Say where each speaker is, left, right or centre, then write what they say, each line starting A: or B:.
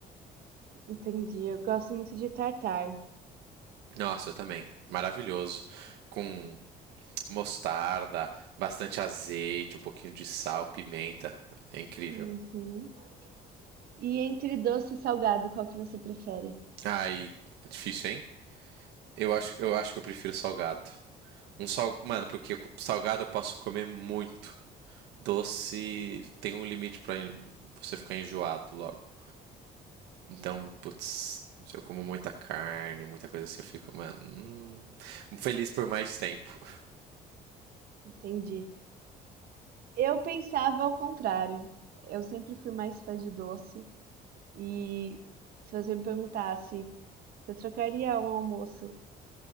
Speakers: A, on the right; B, on the right.
A: <laughs> Entendi. Eu gosto muito de tartar.
B: Nossa, eu também. Maravilhoso. Com mostarda, bastante azeite, um pouquinho de sal, pimenta. É incrível.
A: Uhum. E entre doce e salgado, qual que você prefere?
B: Ai, é difícil, hein? Eu acho, eu acho que eu prefiro salgado. Um sal... Mano, porque salgado eu posso comer muito. doce tem um limite para você ficar enjoado logo. Então, putz, se eu como muita carne, muita coisa assim, eu fico, mano, hum, feliz por mais tempo.
A: Entendi. Eu pensava ao contrário. Eu sempre fui mais fã de doce. E se você me perguntasse, você trocaria um almoço